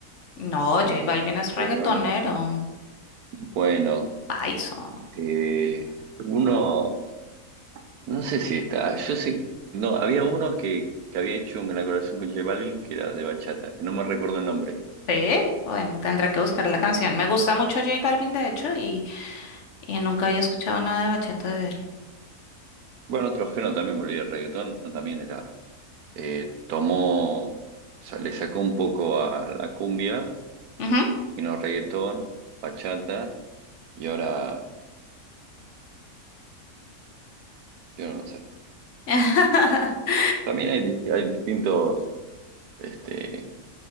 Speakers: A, on the left; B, on the right.
A: No,
B: Eh,
A: J Balvin es
B: J
A: reggaetonero,
B: Balvin. Bueno,
A: paiso.
B: eh, uno. No sé si está, yo sé, no, había uno que, que había hecho una colaboración con J Balvin que era de bachata, que no me recuerdo el nombre.
A: Sí, bueno, tendrá que buscar
B: Eh,
A: la canción. Me gusta mucho J Balvin, de hecho, y, y nunca había escuchado nada de bachata de él.
B: bueno, otro género también, me olvidé, el reggaetón también era, eh, tomó, o sea, le sacó un poco a la cumbia,
A: Ujú.
B: vino reggaetón, bachata, y ahora, yo no sé.
A: <laughs>
B: También hay, dist- hay distintos, este,